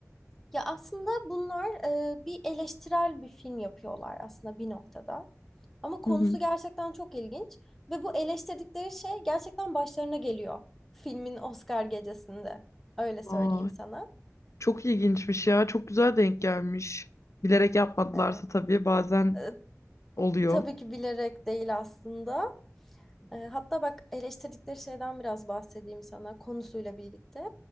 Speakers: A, in the centre; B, on the left (about 65°).
A: Ya aslında bunlar e, bir eleştirel bir film yapıyorlar aslında bir noktada. Ama konusu
B: Hı hı.
A: gerçekten çok ilginç ve bu eleştirdikleri şey gerçekten başlarına geliyor filmin Oscar gecesinde. Öyle söyleyeyim
B: Aa.
A: sana.
B: Çok ilginçmiş ya. Çok güzel denk gelmiş. Bilerek yapmadılarsa
A: E,
B: tabii bazen
A: e,
B: oluyor.
A: tabii ki bilerek değil aslında. E, hatta bak eleştirdikleri şeyden biraz bahsedeyim sana konusuyla birlikte.